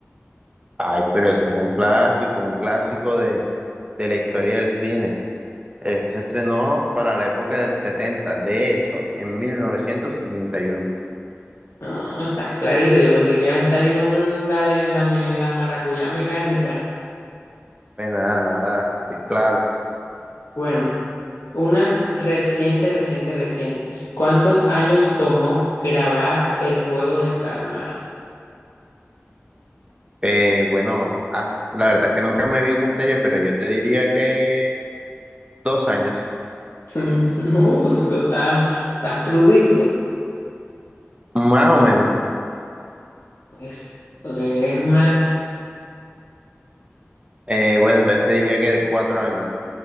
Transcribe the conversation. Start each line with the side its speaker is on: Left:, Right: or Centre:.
Right: Ay, pero ese es un clásico, un clásico de, de la historia del cine. Ese se estrenó para la época del 70, de hecho, en 1971.
Left: No, está clarito. Yo pensé que iba a salir con la de la, me- la maracuyá mecánica.
Right: Pues nada, nada, sí, claro.
Left: Bueno, una reciente, reciente, reciente. ¿Cuántos años tomó grabar El Juego del Calamar?
Right: Eh, bueno, as- la verdad es que nunca me vi esa serie, pero yo te diría que Dos años,
Left: <laughs> Uh, eso está, está crudito.
Right: más o menos.
Left: Es, es más,
Right: Eh, bueno, entonces te diría que de cuatro años.